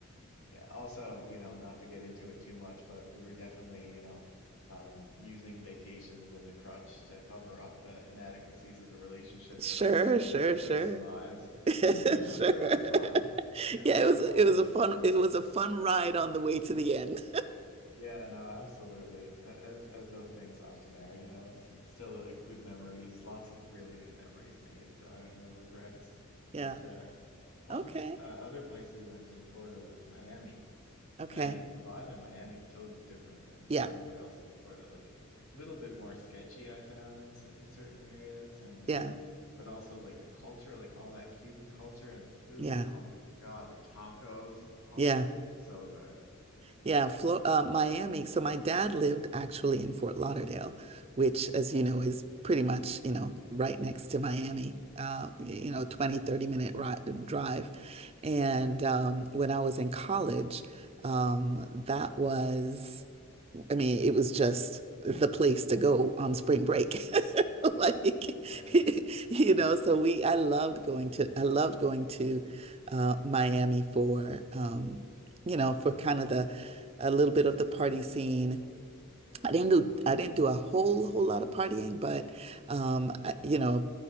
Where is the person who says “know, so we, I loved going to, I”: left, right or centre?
Right